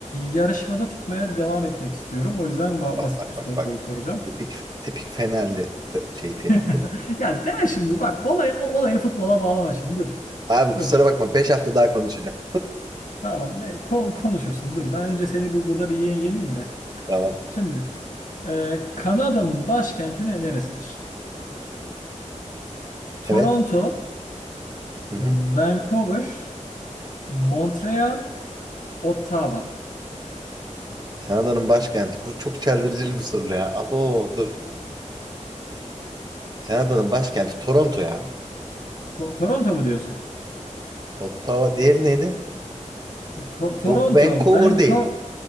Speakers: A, on the left; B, on the right.
A: yarışmada tutmaya devam etmek istiyorum. O yüzden ba- basit
B: Bak
A: bir
B: bak
A: soru
B: bak.
A: soracağım.
B: Tipik tipik Fenerli te- şey tepkileri.
A: <laughs> Ya deme şimdi bak olay, o- olayı futbola bağlama şimdi dur.
B: Abi kusura
A: Dur.
B: bakma 5 hafta daha konuşacağım.
A: Tamam. Ne, ko- konuşursun. Dur. Ben önce seni bu burada bir ye- yeneyim de.
B: Tamam.
A: Şimdi e, Kanada'nın başkenti ne- neresidir? Toronto,
B: Evet. Hı hı.
A: Vancouver, Montreal, Ottawa.
B: Kanada'nın başkenti. Bu çok çeldiricili bir soru ya. Abo dur. Kanada'nın başkenti Toronto ya.
A: To- Toronto mu diyorsun?
B: Ottawa diğeri neydi?
A: To- Toronto,
B: Bu Vancouver
A: Vancouver.
B: değil.